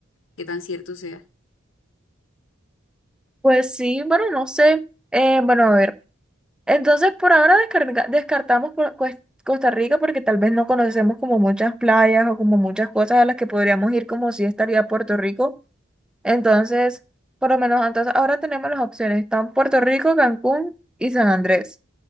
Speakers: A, on the left; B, in the centre.
A: qué tan cierto sea.
B: Pues sí, bueno, no sé. Eh, bueno, a ver. Entonces, por ahora descarga- descartamos por cues- Costa Rica porque tal vez no conocemos como muchas playas o como muchas cosas a las que podríamos ir como si estaría Puerto Rico. Entonces, por lo menos, entonces ahora tenemos las opciones. Están Puerto Rico, Cancún y San Andrés.